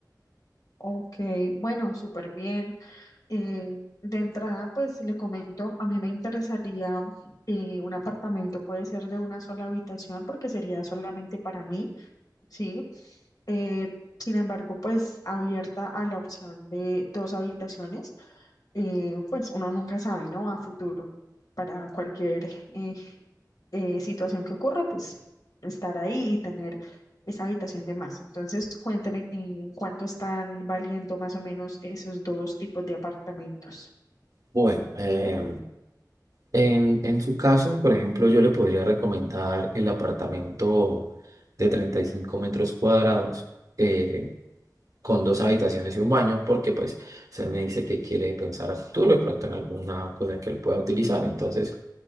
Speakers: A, on the left; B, on the right.
A: ok, bueno, súper bien. Eh, de entrada, pues le comento, a mí me interesaría eh, un apartamento, puede ser de una sola habitación porque sería solamente para mí, ¿sí? Eh, sin embargo, pues abierta a la opción de dos habitaciones, eh, pues uno nunca sabe, ¿no? A futuro, para cualquier eh, eh, situación que ocurra, pues estar ahí y tener esa habitación de más. Entonces, cuénteme eh, en cuánto están valiendo más o menos esos dos tipos de apartamentos.
B: Bueno, eh, en, en su caso, por ejemplo, yo le podría recomendar el apartamento de 35 metros cuadrados. Eh, con dos habitaciones y un baño, porque pues se me dice que quiere pensar a futuro y pronto en alguna cosa que lo pueda utilizar. Entonces,